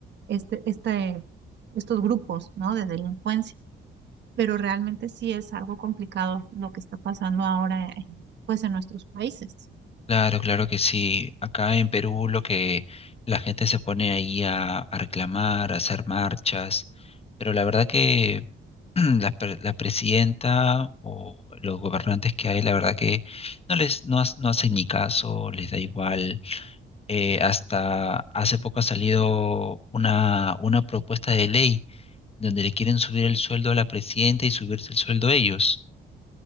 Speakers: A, on the right (about 60°); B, on the left (about 30°).
A: este, este, estos grupos, ¿no? de delincuencia. Pero realmente sí es algo complicado lo que está pasando ahora en, pues en nuestros países.
B: Claro, claro que sí. Acá en Perú lo que la gente se pone ahí a, a reclamar, a hacer marchas, pero la verdad que <clears throat> la, pre- la presidenta o los gobernantes que hay, la verdad que no les no, ha- no hacen ni caso, les da igual. Eh, hasta hace poco ha salido una, una propuesta de ley donde le quieren subir el sueldo a la presidenta y subirse el sueldo a ellos.